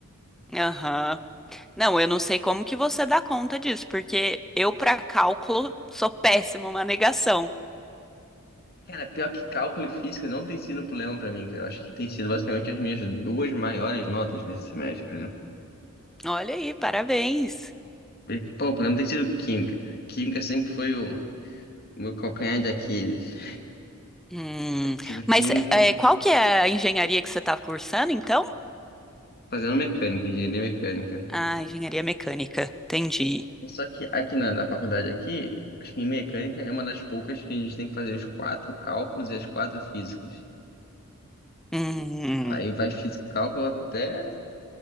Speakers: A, in the centre; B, on the left (about 45°).
A: Aham. Não, eu não sei como que você dá conta disso, porque eu, para cálculo, sou péssima, uma negação.
B: Cara, pior que cálculo e física não tem sido um problema pra mim, cara. Eu acho que tem sido basicamente as minhas duas maiores notas nesse semestre, por exemplo.
A: Olha aí, parabéns.
B: E, pô, o problema tem sido química. Química sempre foi o o meu calcanhar de Aquiles.
A: Hum,
B: <laughs> Tem sido química,
A: mas é, qual que é a engenharia que você estava cursando, então?
B: fazendo mecânica, engenharia mecânica.
A: Ah, engenharia mecânica, entendi.
B: É Só que aqui na, na faculdade aqui, acho que em mecânica é uma das poucas que a gente tem que fazer os quatro cálculos e as quatro físicas.
A: Hum,
B: Aí vai física e cálculo até.